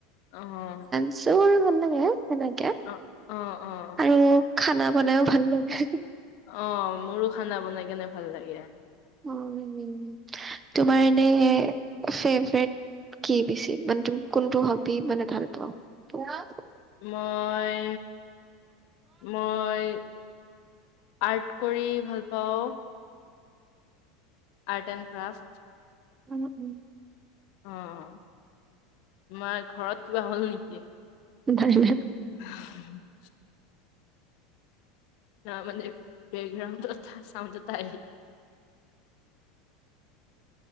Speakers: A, on the left (about 60°); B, on the right (about 25°).
A: অ'
B: আছো আৰু বননেকে এনেকে
A: অ', অ' অ' অ'
B: আৰু খানা বনাইও ভাল লাগে।
A: অ'মোৰো খানা বনাই কেনে ভাল লাগে।
B: উম, তোমাৰ এনেই ফেভৰেট কি পিছে, মানে তুমি কোনটো হবি মানে ভাল পোৱা <unintelligible>
A: মই, মই। আৰ্ট কৰি ভাল পাওঁ। Art and craft.
B: উম, উম।
A: তোমাৰ ঘৰত কিবা হ'ল নিকি?
B: <unintelligible>
A: <unintelligible> তাৰ মানে, বেকগ্ৰাণ্ডত চাওন্দ এটা আহি